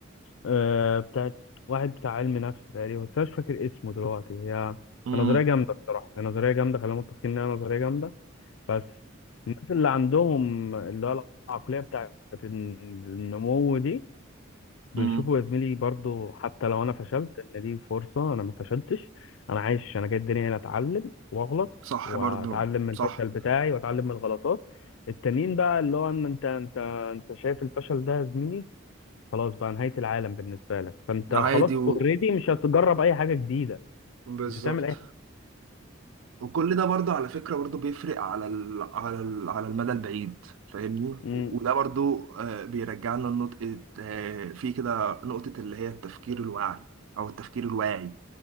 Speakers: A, on the left; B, on the right.
A: آه بتاعت واحد بتاع علم نفس تقريبا بس أنا مش فاكر اسمه دلوقتي هي
B: امم
A: نظرية جامدة الصراحة هي نظرية جامدة خلينا متفقين إنها نظرية جامدة بس الناس اللي عندهم اللي هو العقلية بتاعت النمو دي بيشوفوا
B: امم
A: يا زميلي برضو حتى لو انا فشلت ان دي فرصه انا ما فشلتش انا عايش انا جاي الدنيا هنا اتعلم واغلط
B: صح
A: واتعلم
B: برضو
A: من الفشل
B: صح
A: بتاعي واتعلم من الغلطات التانيين بقى اللي هو ان انت انت انت شايف الفشل ده يا زميلي خلاص بقى نهايه العالم بالنسبه لك فانت خلاص
B: عادي و...
A: اوريدي مش هتجرب اي حاجه جديده
B: بالظبط
A: مش هتعمل اي
B: وكل ده برضو على فكرة برضو بيفرق على ال... على ال... على المدى البعيد فاهمني و-
A: امم
B: وده برضو آه، بيرجعنا لنقطة آه، في كده نقطة اللي هي التفكير الواعي أو التفكير الواعي